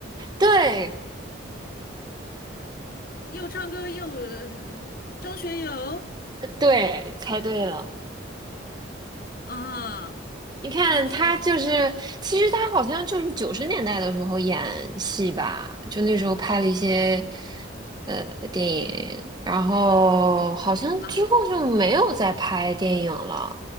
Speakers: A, on the right; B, on the left.
A: 对。
B: 又唱歌又呃张学友。
A: 对，猜对了。
B: 啊，
A: 你看他就是，
B: 张学友
A: 其实他好像就是九十年代的时候演戏吧，就那时候拍了一些呃电影，然后好像之后就没有再拍电影了。
B: 啊，